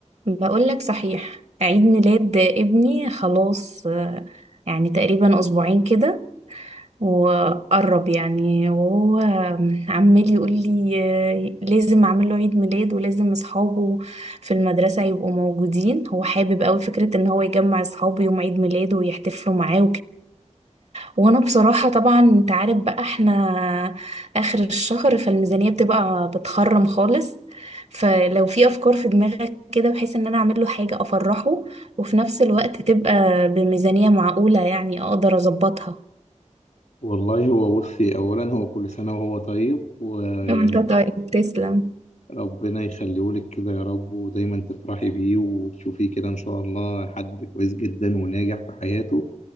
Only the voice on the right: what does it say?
بقولك صحيح عيد ميلاد ابني خلاص آه، يعني تقريبا أسبوعين كده وقرب يعني وهو عمال يقول لي آه، لازم أعمل له عيد ميلاد ولازم أصحابه في المدرسة يبقوا موجودين هو حابب أوي فكرة إن هو يجمع أصحابه يوم عيد ميلاده ويحتفلوا معاه وانا بصراحة طبعا انت عارف بقى احنا اخر الشهر فالميزانية بتبقى بتخرم خالص فلو في افكار في دماغك كده بحيث ان انا اعمل له حاجة افرحه وفي نفس الوقت تبقى بميزانية معقولة يعني اقدر اظبطها
وانت طيب تسلم